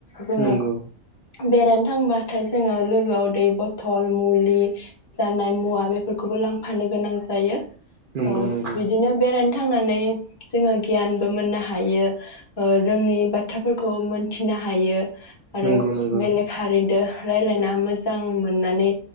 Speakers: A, on the left (about 25°); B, on the right (about 60°).
A: जोङो
B: नंगौ
A: बेरायनो थांबाथाय जोङो लोगोआव दै बथल मुलि जानाय मुवा बेफोरखौबो लांफानो गोनां जायो।
B: नंगौ
A: औ
B: नंगौ
A: बिदिनो बेरायनो थांनानै जोङो गियानबो मोननो हायो ओ रोङै बाथ्राफोरखौ मोनथिनो हायो आरो
B: नंगौ नंगौ
A: बेलेग हारिदो रायलायना मोजां मोननानै